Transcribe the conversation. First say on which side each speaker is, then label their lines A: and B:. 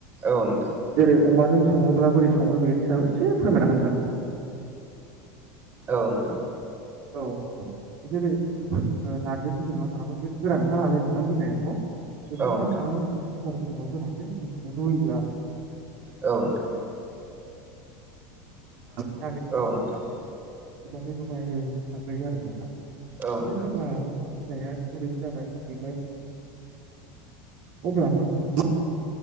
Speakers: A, on the right; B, on the right.
A: औ नोंथां
B: जेरै अमाजों सङोब्ला बोरै सङो बेनि सायाव एसे फोरमायना होनोसां नोंथां।
A: औ नोंथां।
B: औ जेरै नारजिखौ जों मा खालामो बे गोरानोखाालाय नोंथां बिलायाथ' बेखौ
A: औ
B: मा
A: नोंथां
B: खालामो होनानै जो रुयो आरो।
A: औ नोंथां
B: <unintelligible>
A: औ नोंथां।
B: बेबायदि रुबाय थाग्रोयो आरो नोंथां,
A: औ
B: ओमफ्राय
A: नोंथां
B: जेब्ला बिलाया बुरै जाबाय ओमफ्राय अब्ला मा खालामो